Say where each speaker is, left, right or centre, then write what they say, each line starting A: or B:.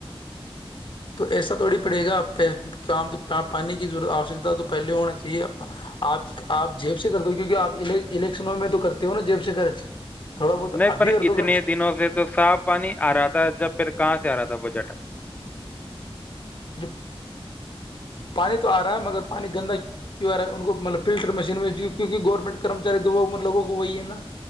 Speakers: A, on the left; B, on the left.
A: تو ایسا تھوڑی پڑے گا آپ پ پانی کی ضورت آشکتا تو پہلے ہونا چاہیے آپ آپ جیب سے کرتے ہو کیونکہ آپ الیکشنوں میں تو کرتے ہو نا جیب سے خرچ تھوڑا بہت
B: نہیں
A: اب
B: پر
A: بھی کر
B: اتنے
A: دو خرچ
B: دنوں سے تو صاف پانی آ رہا تھا جب پھر کہاں سے آ رہا تھا بجٹ
A: ج پانی تو آ رہا ہے مگر پانی گندا کیوں آ رہا ہے ان کو مطلب فلٹر مشین میں جو کیونکہ گورنمنٹ کرمچاری تو مل لووں کو وہی ہے نا